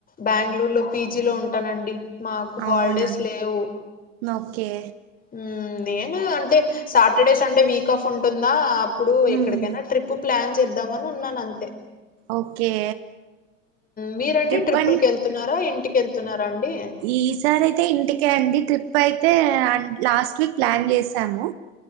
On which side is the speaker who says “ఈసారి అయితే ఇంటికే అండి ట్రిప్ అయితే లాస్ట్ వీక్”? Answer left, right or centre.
Right